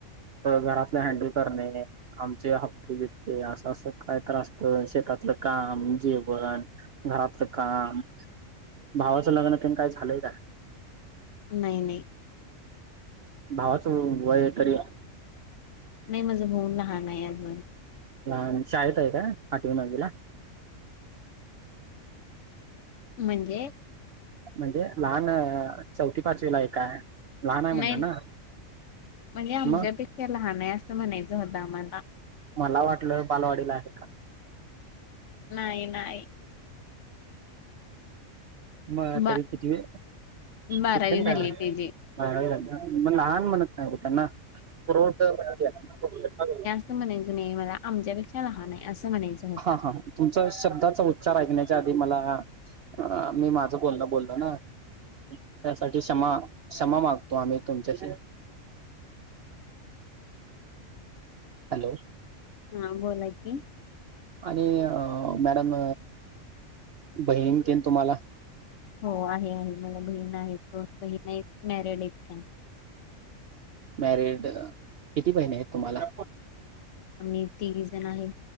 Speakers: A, on the right; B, on the left.
A: घरातले हँडल करते. आमचे हप्ते बिपते असं असं काय त्रासत शेतातलं काम जेवण. घरातलं काम, भावाचं लग्न तेन काय झाले काय?
B: नाही नाही.
A: भावाच वय तरी
B: नाही माझं भाऊ लहान आहे अजून.
A: हा शाळेत आहे का आठवी नववीला?
B: म्हणजे.
A: म्हणजे लहान चौथी पाचवीला आहे काय? लहान आहे
B: नाही
A: म्हणला ना
B: म्हणजे आमच्यापेक्षा
A: मग
B: लहान आहे असं म्हणायचं होतं आम्हाला.
A: मला वाटलं बालवाडीला आहे का.
B: नाही नाही.
A: मग
B: बा
A: तरी कितवी शिक्षण
B: बारावी
A: काय
B: झाली
A: झालं?
B: त्याची
A: <unintelligible> मग लहान म्हणत नाहीत त्यांना <unintelligible>
B: तस म्हणायचं नाही मला लहान आहे असं म्हणायच होत.
A: हा हा तुमचा शब्दाचा उच्चार ऐकण्याच्या आधी मला मी माझं बोलण बोललो ना. त्यासाठी क्षमा क्षमा मागतो आम्ही तुमच्याशी. हॅलो.
B: हा बोला की.
A: आणि मॅडम बहीण तेन तुम्हाला?
B: हो आहे आहे मला बहीण आहे दोन बहीण आहेत मॅरेड आहेत त्या.
A: मॅरिड किती बहिने आहेत तुम्हाला?
B: आम्ही तिघी जण आहे.